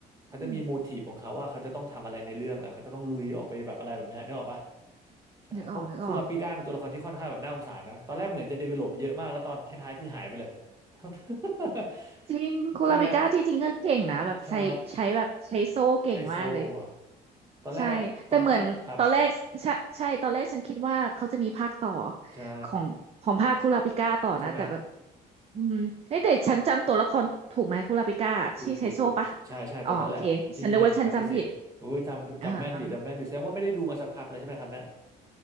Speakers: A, on the right; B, on the right.
A: เขาจะมีโมทีฟของเขาว่าเขาจะต้องทำอะไรในเรื่องแหละเขาจะต้องลุยออกไปแบบอะไรแบบเนี้ยนึกออกปะ
B: ม
A: ใช่เพราะคุราปิก้าเป็นตัวละครที่ค่อนข้างแบบน่าสงสารนะตอนแรกเหมือนจะเดเวลลอปเยอะมากแล้วตอนท้ายๆคือหายไปเลย
B: นึกออกนึกออก
A: <laughs>
B: จริงคุณลาเบิก้าที่จริงก็เก่งนะแบบใช้ใช้แบบใช้โซ่เก่งมากเลย
A: ใช่ไหมใช่ใจโซ่อะตอนแรกอะตอนภาคครับ
B: ใช่แต่เหมือนตอนแรกใช่ใช่ตอนแรกฉันคิดว่าเขาจะมีภาคต่อ
A: ใช่
B: ของของภาคคุลาปิก้าต่อนะแต่แบบ
A: ใช่ไหม
B: อืมเฮ้ยแต่ฉันจำตัวละครถูกไหมคุลาปิก้าชื่อใช้โซ่ปะ
A: ถูกถูกถูกใช่ใช่ตัวนั้นแหละที่มีเน้นพลังพิเศษโอ้ยจำจำแม่นอยู่จำแม่นอยู่แสดงว่าไม่ได้ดูมาสักพักเลยใช่ไหมครับเนี่ย
B: อ๋อโอเคฉันนึกว่าฉันจำผิด อ่าอ่า